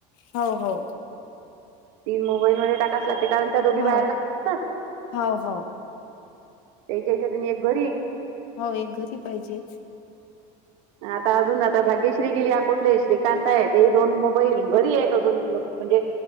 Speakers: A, on the left (about 80°); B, on the right (about 80°).
A: हो हो
B: तीन मोबाईल म टाकायच लाते कारण त्या दोघी
A: हो
B: बाहेर असतात
A: हो हो
B: एक इथं न्यायचं एक घरी
A: हो एक घरी पाहिजेच
B: आता अजून आता भाग्यश्री गिली अकोठले श्रीकांत आहेत ते दोन मोबाईल घरी आहेत अजून म्हणजे